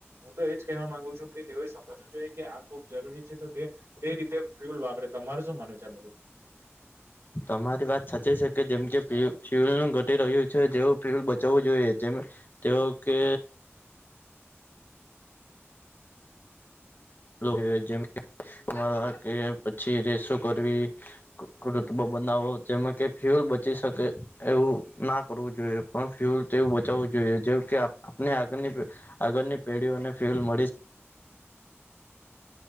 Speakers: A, on the right; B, on the left.
A: હું તો એજ કહેવા માંગુ છું કે તેઓએ સમજવું જોઈએ કે આ ખુબ જરૂરી છે તો તે તે રીતે ફ્યુલ વાપરે તમારું શું માનુંવ છે આ બઉ
B: તમારી વાત સાચી છે કે જેમ કે ફ્યુ ફ્યુલ નું ઘટી રહ્યું છે જેવું ફ્યુલ બચવું જોઈએ તેમ, તે તેઓ કે <unintelligible> જેમવા કે પછી રેસો કરવી રૂતબો બનાવો જેમાં કે ફ્યુલ બ એવું ના કરવું જોઈએ પણ ફ્યુલવું બચાવવું જોઈએ જે કે આપ આગળની આગળની પેઢીઓને ફ્યુલ મળી